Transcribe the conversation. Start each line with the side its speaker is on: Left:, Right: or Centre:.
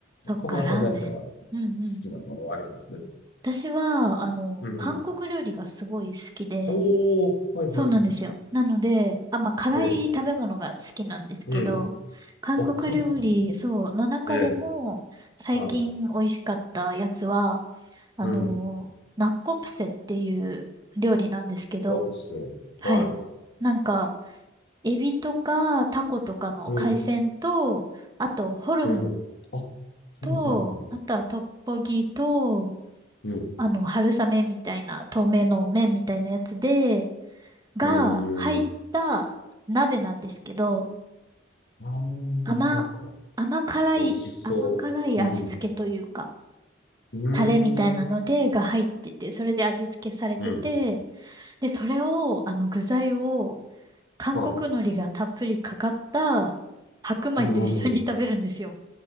Right: そっか、
Left: 小村さん何か好
Right: ラーメン。うんうん。
Left: きなものあります
Right: 私は、あの、
Left: うん。
Right: 韓国料理がすごい好きで、
Left: おー、はいはいはい。
Right: そうなんですよ。なので、あ、まあ、辛い食べ物が好きなんですけど、
Left: ええうん。
Right: 韓国料理、
Left: あ、そうなんですね。
Right: そう、の中でも、
Left: ええ
Right: 最近美味しかったやつは、
Left: はい。
Right: あの、
Left: うん。
Right: ナッコプセっていう料理なんですけど、
Left: コープス
Right: はい。
Left: はい。
Right: なんか、エビとかタコとかの海鮮と、
Left: うん。
Right: あと、ホルモン
Left: うん。あ、は
Right: と、
Left: いはいはい。
Right: あとはトッポギと、
Left: うん。
Right: あの、春雨みたいな、透明の麺みたいなやつで、が入った鍋なんですけど、
Left: うーん。あー、
Right: 甘、
Left: なんか、
Right: 甘辛い、
Left: 美味しそう。
Right: 甘辛い味付けというか、
Left: うん。うーん。
Right: タレみたいなので、が入ってて、それで味付けされてて、
Left: うん。
Right: で、それを、あの、具材を、韓国海苔がたっぷりかかった白米と一緒に食べるんですよ。
Left: はい。うんうん